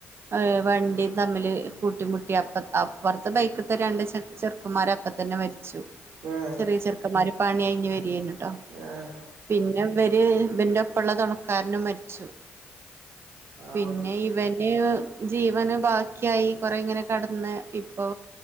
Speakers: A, on the right; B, on the right.
A: ഏഹ് വണ്ടി തമ്മില് കൂട്ടിമുട്ടി അപ്പ അപ്പുറത്തെ ബൈക്കത്തെ രണ്ട് ചെറ്ക്കൻമാർ ചെക്കമാര അപ്പ തന്നെ മരിച്ചു
B: ആ
A: ചെറിയ ചെറുക്കന്മാര് പണി കഴിഞ്ഞ് വരികന്നട്ടോ
B: ആ
A: പിന്നെ ഇവര് ഇവന്റെ ഒപ്പുള്ള തുണക്കാരനും മരിച്ചു
B: പാവം
A: പിന്നെ ഇവന് ജീവന് ബാക്കിയായി കൊറെ ഇങ്ങനെ കടന്ന് ഇപ്പൊ